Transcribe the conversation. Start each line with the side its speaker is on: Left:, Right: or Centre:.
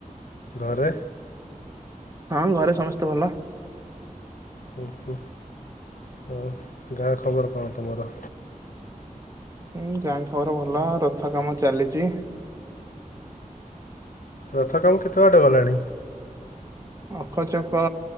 Left: ଘରେ?
Right: ହଁ ଘରେ ସମସ୍ତେ ଭଲ।
Left: ହୁ ହୁଁ ହଉ ଗାଁ ଖବର କଣ ତୁମର?
Right: ହୁଁ ଗାଁ ଖବର ଭଲ ରଥ କାମ ଚାଲିଛି।
Left: ରଥ କାମ କେତେ ବାଟ ଗଲାଣି?
Right: ଅଖଚକ